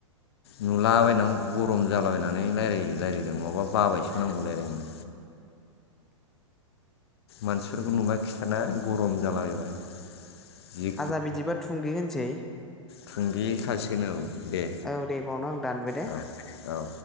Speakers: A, on the left; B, in the centre.
A: नुलाबायनांगौ गरम जालाबायनानै रायलायै रायलायो नङाबा बाबायसो मोन लायरायनो। मानसिफोरखौ नुबा खिथाना गरम जालाबायबाय। जि
B: आजा बिदिबा थुंगे होनोसै?
A: थुंगि खासिगोन औ दे
B: औ दे बेावनो आं दानबाय दे
A: औ औ